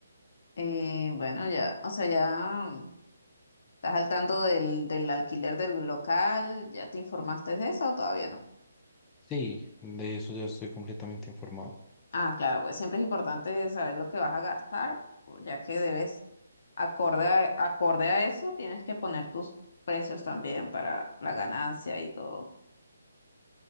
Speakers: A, on the left; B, on the left.
A: Eh, bueno, ya, o sea, ya estás al tanto del, del alquiler del local, ¿ya te informaste de eso o todavía no?
B: Sí, de eso ya estoy completamente informado.
A: Ah, claro, pues siempre es importante saber lo que vas a gastar, pues, ya que debes, acorde a, acorde a eso, tienes que poner tus precios también para la ganancia y todo.